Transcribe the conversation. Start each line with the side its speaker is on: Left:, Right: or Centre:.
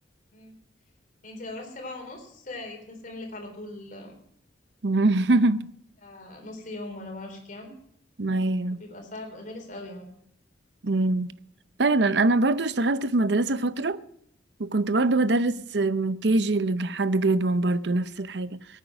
Left: مم. يعني انت لو رحتي سبعة ونص آه، يتخصم لك على طول
Right: <laughs>
Left: آه، نص يوم ولا معرفش كام
Right: ايوه
Left: فبيبقى صعب غلس قوي يعني
Right: مم. فعلا انا برضو اشتغلت في مدرسة فترة وكنت برضو بدرس من كي جي لحد جريد 1 برضو نفس الحاجة